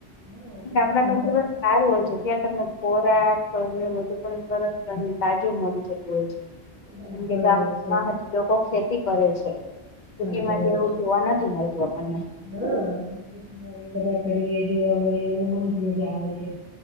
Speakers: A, on the right; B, on the left.
A: હા બહુ
B: એ ગામડા
A: મોટું
B: નો જીવન
A: ગામડું.
B: સારું હોય છે ત્યાં તમને ખોરાકને બધુ પણ સરસ અને તાજું મળી જતું હોય છે
A: હમ,
B: કેમ
A: બરાબર
B: કે ગામડા
A: છે
B: માજ લોકો ખેતી કરે છે સીટી
A: સાચી
B: માં
A: વાત
B: જેવું
A: છે
B: જોવા નથી મળતું આપણને
A: હા ખેતી બધા કરીએ જોવા મળીએ મને બહજ મજા આવે છે